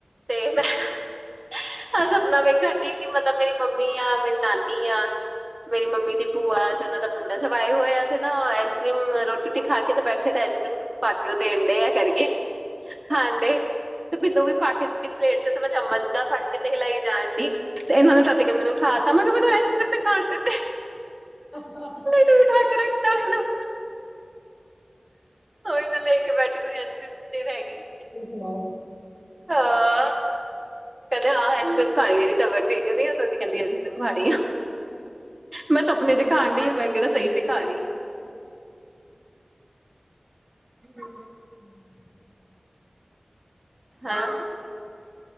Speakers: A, on the right; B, on the left.
A: ਤੇ ਮੈਂ <inaudible> ਹ ਸਪਨਾ ਵੇਖਣ ਦੀ ਕਿ ਮਤਲਬ ਮੇਰੀ ਮੰਮੀ ਆ ਮੇਰੀ ਨਾਨੀ ਆ। ਮੇਰੀ ਮੰਮੀ ਦੀ ਭੂਆ ਤੇ ਉਹਨਾਂ ਦਾ ਮੁੰਡਾ ਸਭ ਆਏ ਹੋਏ ਤੇ ਨਾ ਆਈਸ ਕਰ੍ਰੀਮ ਰੋਟੀ ਰੁਟੀ ਖਾ ਕੇ ਤੇ ਬੈਠੇ ਤੇ ਆਈਸ ਕਰ੍ਰੀਮ ਬਾਕੀ ਉਹ ਦੇਣ ਦੇ ਆ ਕਰਕੇ, ਖਾਣ ਦੇ ਤੇ ਮੈਨੂੰ ਵੀ ਪਾ ਕੇ ਦਿੱਤੀ ਪਲੇਟ ਤੇ ਤੇ ਮੈਂ ਚਮਚ ਦਾ ਫੜ ਕੇ ਹਿਲਾਈ ਜਾਣ ਦੀ ਤੇ ਇਹਨਾਂ ਨੇ ਸਦ ਕੇ ਮੈਨੂੰ ਉਠਾ ਦਿੱਤਾ ਮੈਂ ਕਿਹਾ ਮੈਨੂੰ ਆਈਸ ਕਰ੍ਰੀਮ ਤੇ ਖਾਣ ਦਿੰਦੇ
B: <unintelligible>
A: ਤੇ ਉਠਾ ਕੇ ਰੱਖਦਾ ਮੈਨੂੰ ਉਈ ਨਾ ਲੈ ਕੇ ਬੈਠੀ ਮੇਰੀ ਆਈਸ ਕਰ੍ਰੀਮ ਵਿਚ ਹੀ ਰਹਿ ਗਈ
B: ਹ <unintelligible>
A: ਹਾਂ ਕਹਿੰਦੇ ਆਈਸ ਕਰੀਮ ਖਾਈ ਜਾਂਦੀ ਤਬੀਅਤ ਠੀਕ ਨੀ ਕਹਿੰਦੀ ਆਈਸ ਕਰੀਮ ਖਾਣੀ ਆ ਮੈਂ ਸਪਨੇ ਚ ਖਾਣ ਦੀ ਮੈਂ ਕਿਹੜਾ ਸਹੀ ਚ ਖਾ ਰਹੀ ਹਮ
B: ਹਮ
A: ਹਾਂ।